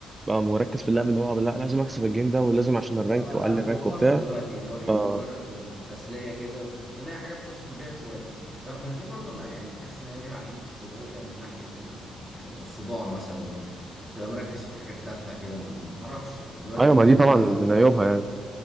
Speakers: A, on the right (about 20°); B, in the centre.
A: بقى مركز في اللعب اللي هو لا لازم اكسب الجيم ده ولازم عشان الرانك
B: اه
A: واقلل
B: لا فور
A: الرانك
B: فن
A: وبتاع
B: دلوقتي اللي هو ايه
A: اه
B: مجرد للتسليه كده وان هي حاجه بتفصل بيها شويه رغم ان دي برضو انا يعني بحس ان هي ليها عيوب شويه من ناحيه ال- آه، الصداع مثلا بتبقى مركز في حاجات تافهه كده ما ما اعرفش يعني دلوقتي
A: ايوه
B: الموضوع
A: ما دي طبعا
B: بقى
A: من عيوبها يعني